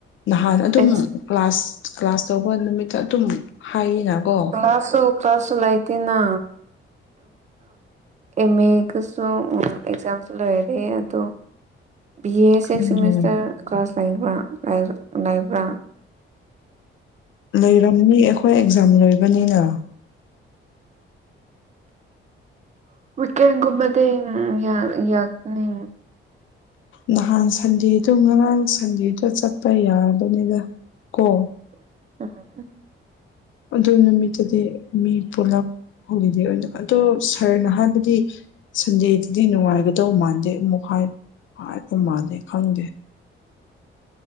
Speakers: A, on the left (about 70°); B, on the right (about 35°).
A: ꯅꯍꯥꯟ ꯑꯗꯨꯝ
B: ꯑꯩ
A: ꯀ꯭ꯂꯥꯁ ꯀ꯭ꯂꯥꯁ ꯇꯧꯕ ꯅꯨꯃꯤꯠꯇ ꯑꯗꯨꯝ ꯍꯥꯏꯑꯦꯅ ꯀꯣ
B: ꯑꯁꯨ <unintelligible> ꯀ꯭ꯂꯥꯁ ꯂꯩꯇꯦꯅ ꯑꯦꯝ ꯑꯦꯒꯁꯨ ꯑꯦꯛꯖꯥꯝꯁꯨ ꯂꯣꯏꯔꯦ ꯑꯗꯣ ꯕꯤ ꯑꯦ ꯁꯤꯛꯁ
A: ꯈꯪꯗꯦ
B: ꯁꯤꯃꯤꯁꯇꯔ ꯀ꯭ꯂꯥꯁ ꯂꯩꯕ꯭ꯔꯥ ꯂꯥꯏꯕ꯭ꯔꯥ
A: ꯂꯩꯔꯝꯅꯤ ꯑꯩꯈꯣꯏ ꯑꯦꯛꯖꯥꯝ ꯂꯣꯏꯕꯅꯤꯅ
B: <inaudible>
A: ꯅꯍꯥꯟ ꯁꯟꯗꯦꯗꯨ ꯉꯔꯥꯡ ꯁꯟꯗꯦꯗꯣ ꯆꯠꯄ ꯌꯥꯕꯅꯤꯗ ꯀꯣ
B: <unintelligible>
A: ꯑꯗꯨ ꯅꯨꯃꯤꯠꯇꯨꯗꯤ ꯃꯤ ꯄꯨꯂꯞ ꯍꯣꯂꯤꯗꯦ ꯑꯣꯏꯅ ꯑꯗꯣ ꯁ꯭ꯔꯅꯥ ꯍꯥꯏꯕꯗꯤ ꯁꯟꯗꯦꯗꯨꯗꯤ ꯅꯨꯡꯉꯥꯏꯒꯗꯧ ꯃꯥꯟꯗꯦ ꯑꯃꯨꯛ ꯍꯥꯏ ꯍꯥꯏ ꯃꯥꯜꯂꯦ ꯈꯪꯗꯦ